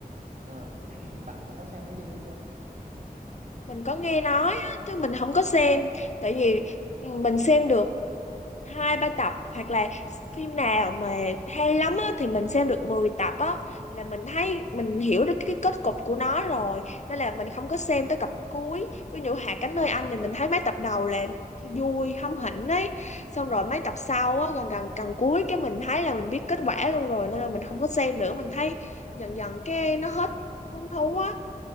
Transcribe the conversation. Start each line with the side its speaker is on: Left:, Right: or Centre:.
Right: Ờ, <clears throat> bạn cũng có xem mấy phim đó chưa?
Left: mình có nghe nói á, chứ mình không có xem tại vì ừ, mình xem được hai ba tập hoặc là phim nào mà hay lắm á, thì mình xem được 10 tập á là mình thấy
Right: Ờ,
Left: mình hiểu được cái, cái kết cục của nó rồi nên là mình không có xem tới tập cuối ví dụ Hạ cánh nơi anh thì mình thấy mấy tập đầu là vui hâm hỉnh ấy xong rồi mấy
Right: ờ,
Left: tập sau á gần gần gần cuối cái mình thấy là mình biết kết quả luôn rồi nên là mình không có xem nữa
Right: ờ,
Left: mình thấy dần dần cái nó hết hứng thú á